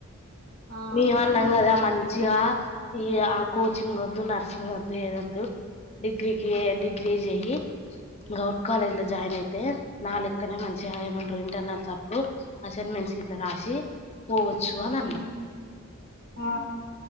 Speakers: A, on the right; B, on the left.
A: ఆ
B: మేమన్నాం కదా మ మంచిగా ఈ ఆ కోచింగ్ వద్దు నర్సింగ్ వద్దు ఏది వద్దు డిగ్రీకి డిగ్రీ చేయి గౌట్ కాలేజ్ లో జాయిన్ అయితే నా లెక్కనే మంచిగా ఏయమంట ఇంటర్నల్ అప్పుడు అసైన్మెంట్ బుక్స్ గిట్ల రాసి పోవచ్చు అని అన్నా
A: ఉమ్, ఆ